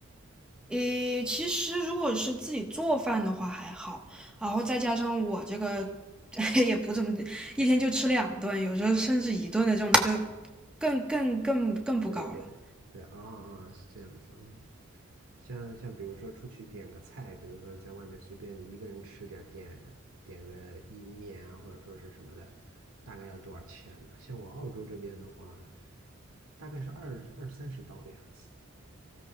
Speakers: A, in the centre; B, on the right.
A: 诶，其实如果是自己做饭的话还好，然后再加上我这个 <laughs> 也不怎么，一天就吃两顿，有时候甚至一顿的这种，那就更更更更不高了，
B: 对对对，对啊啊，是这样子啊。像像比如说出去点个菜，比如说在外面随便一个人吃点儿点点个意面啊，或者说是什么的，大概要多少钱呢？像我澳洲这边的话，大概是二二三十刀的样子，